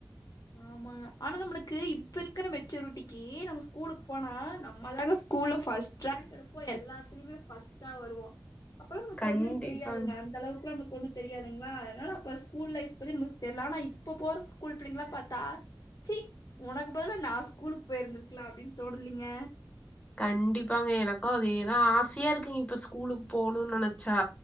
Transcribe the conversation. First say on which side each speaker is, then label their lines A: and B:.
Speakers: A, on the left; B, on the left.
A: ஆமாங்க ஆனா நம்மளுக்கு இப்ப இருக்கிற மெச்சூரிட்டிக்கு நம்ம ஸ்கூலுக்கு போனா நம்ம தாக ஸ்கூல்ல பர்ஸ்ட் ரங்க் எடுப்போ எல்லாத்துலயுமே ஃபர்ஸ்ட்டா வருவோ அப்லா நக்கு
B: கண்டிப்பாங்க
A: ஒண்ணு தெரியாதுங்க அந்த அளவுக்குலா ஒண்ணு தெரியாதுங்களா அதனால அப்ப ஸ்கூல் லைஃப் பத்தி நமுக் தெர்ல ஆனா இப்போ போற ஸ்கூல் பிள்ளைங்களா பாத் தா சீ உனக்கு பதில நா ஸ்கூலுக்கு போயிருந்திருக்கலா அப்டின்னு தோனுலீங்க
B: கண்டிப்பாங்க எனக்கு அதேதா ஆசையா இருக்குங்க இப்ப ஸ்கூலுக்கு போகணுனு நனைச்சா